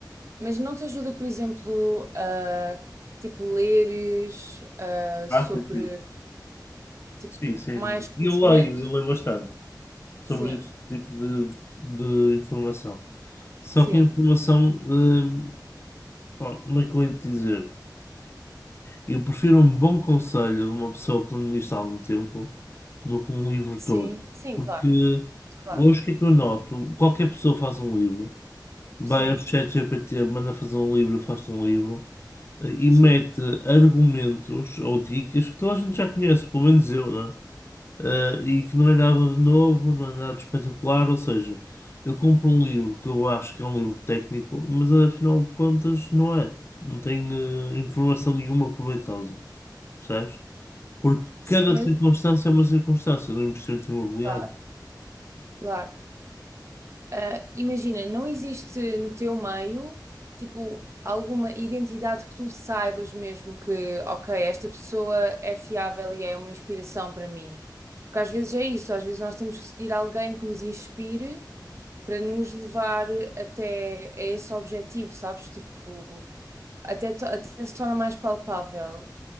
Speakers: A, on the right; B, on the left.
A: mas não te ajuda, por exemplo, a, tipo, leres, ah,
B: Ah,
A: sobre,
B: sim, sim.
A: tipo,
B: Sim, sim.
A: mais
B: sim.
A: conhecimento?
B: E eu leio, eu leio bastante. sobre
A: Sim,
B: esse tipo de, de informação. Só
A: sim,
B: que a informação, eh, pá, como é que eu hei de dizer? Eu prefiro um bom conselho de uma pessoa que me disse há algum tempo do que um livro
A: sim,
B: todo.
A: sim,
B: Porque
A: claro, claro,
B: hoje o que é que eu noto? Qualquer pessoa faz um livro, vai
A: sim,
B: ao ChatGPT, manda fazer um livro, faz um livro eh, e
A: sim,
B: mete argumentos ou dicas que toda a gente já conhece, pelo menos eu, né? eh, e que não é nada de novo, não é nada de espetacular. Ou seja, eu compro um livro que eu acho que é um livro técnico, mas afinal de contas não é. Não tem eh, informação nenhuma proveitosa, percebes? Porque
A: sim,
B: cada
A: mas,
B: circunstância é uma circunstância do investimento imobiliário.
A: claro, claro. Ah, imagina, não existe no teu meio, tipo, alguma identidade que tu saibas mesmo que, ok, esta pessoa é fiável e é uma inspiração para mim. Porque às vezes é isso, às vezes nós temos que seguir alguém que nos inspire para nos levar até a esse objetivo, sabes? Tipo, até, to- até se torna mais palpável.